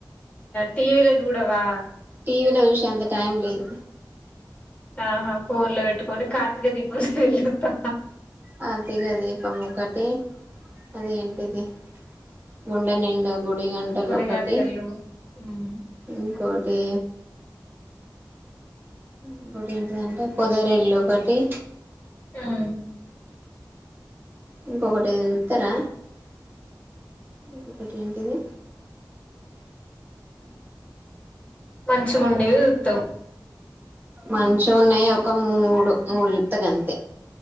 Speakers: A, on the left; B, on the right.
A: టీవీలో చూడవా
B: టీవీలో చూసేంత టైం లేదు
A: ఆహా ఫోన్ లో పెట్టుకని కార్తీక దీపం సీరియల్ చుత్తా
B: కార్తీక దీపం ఒకటి అది ఏంటిది గుండె నిండా గుడి గంటలు
A: గుడి
B: ఒకటి
A: గంటలు ఉమ్
B: ఇంకోటి ఇంకోటి ఏంటిదాంటే పొదర ఇళ్లు ఒకటి
A: ఉ
B: ఇంకొకటి ఉత్తరా ఇంకొకటి ఏంటిది
A: మంచి ఉండేవి ఉత్తం
B: మంచిగా ఉన్నాయి ఒక మూడు మూడు జుత్త క అంతే